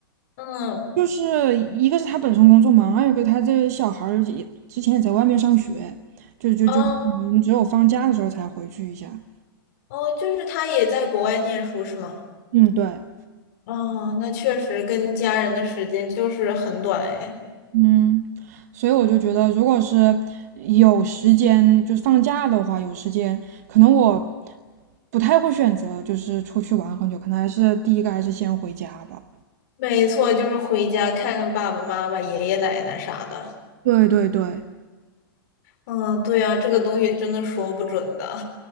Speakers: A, on the left; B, on the right.
A: 嗯，
B: 就是一个是他本身工作忙，二一个他这小孩儿也之前也在外面上学，就就就可能只有放假的时候才回去一下。
A: 啊哦，就是他也在国外念书是吗？
B: 嗯，对，
A: 哦，那确实跟家人的时间就是很短哎。
B: 嗯，所以我就觉得，如果是有时间，就是放假的话，有时间，可能我不太会选择就是出去玩很久，可能还是第一个还是先回家吧。
A: 没错，就是回家看看爸爸妈妈、爷爷奶奶啥的。
B: 对对对
A: 嗯，对啊，这个东西真的说不准的。